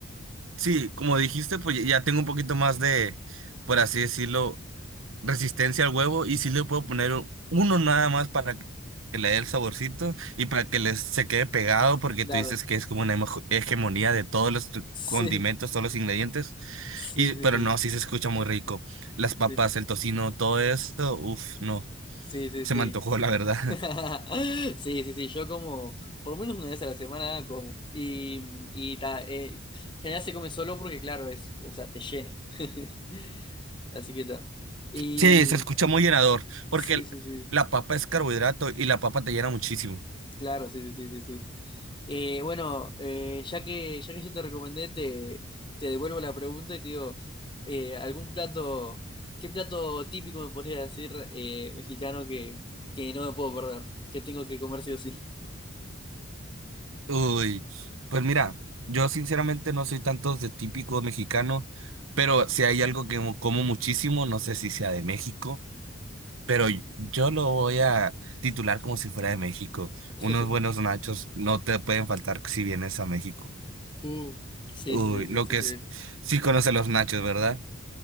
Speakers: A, on the right; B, on the left.
A: sí, como dijiste, pues ya tengo un poquito más de, por así decirlo resistencia al huevo y sí le puedo poner u- uno nada más para que que le dé el saborcito y para que les se quede pegado porque
B: claro.
A: tú dices que es como una hemo- hegemonía de todos los tu-
B: Sí,
A: condimentos, todos los ingredientes.
B: sí,
A: Y
B: sí,
A: pero
B: sí.
A: no, sí se escucha muy rico. Las
B: Sí,
A: papas, el tocino, todo eso, uff, no,
B: sí, sí,
A: se
B: sí.
A: me antojó la verdad.
B: <laughs>
A: <laughs>
B: Sí, sí, sí, yo como por lo menos una vez a la semana como y, y ta, eh, general se come solo porque claro, es, o sea, te llena. <laughs> Así que tal. Y
A: Sí, se escucha muy llenador porque
B: sí,
A: el-
B: sí, sí,
A: la papa es carbohidrato y la papa te llena muchísimo.
B: claro, sí, sí, sí, sí, sí. Eh, bueno, eh, ya que, ya que yo te recomendé, te, te devuelvo la pregunta y te digo, eh, ¿algún plato, qué plato típico me podría decir eh, mexicano que, que no me puedo perder, que tengo que comer sí o sí?
A: Uy, pues mira, yo sinceramente no soy tanto de típico mexicano, pero si hay algo que mo- como muchísimo, no sé si sea de México, pero y- yo lo voy a titular como si fuera de México.
B: <laughs>
A: Unos buenos nachos no te pueden faltar si vienes a México.
B: Uh, sí,
A: Uy,
B: sí, sí, sí,
A: lo
B: sí,
A: que
B: sí.
A: es, sí conoce los nachos, ¿verdad?